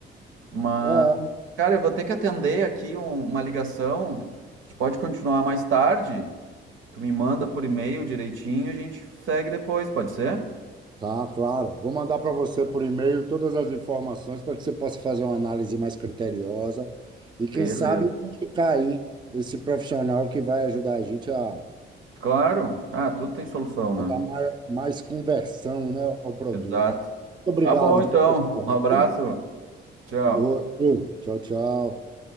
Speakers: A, on the right (about 80°); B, on the right (about 20°).
A: Mas,
B: É,
A: cara, eu vou ter que atender aqui um- uma ligação. A gente pode continuar mais tarde. Tu me manda por e-mail direitinho, e a gente segue depois, pode ser?
B: Tá, claro. Vou mandar para você por e-mail todas as informações para que você possa fazer uma análise mais criteriosa e, quem
A: Beleza.
B: sabe, indicar aí esse profissional que vai ajudar a gente a
A: Claro. Ah, tudo tem solução, né?
B: a dar mais, mais conversão, né, ao produto.
A: Exato.
B: Muito obrigado
A: Tá bom, então.
B: de qualquer forma.
A: Um abraço.
B: Um,
A: Tchau.
B: outro. Tchau, tchau.